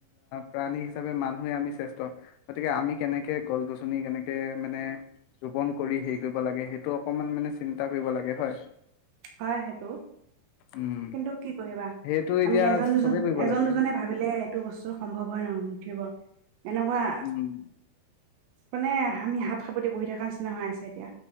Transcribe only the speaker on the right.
হয় সেইটো
কিন্তু কি কৰিবা
আমি এজন দুজন
এজন
দুজনে ভাবিলে এইটো বস্তু সম্ভৱ হয় ন নুঠিব এনেকুৱা
মানে আমি হাত খাপতি বহি থকাৰ নিচিনা হৈ আছে এতিয়া,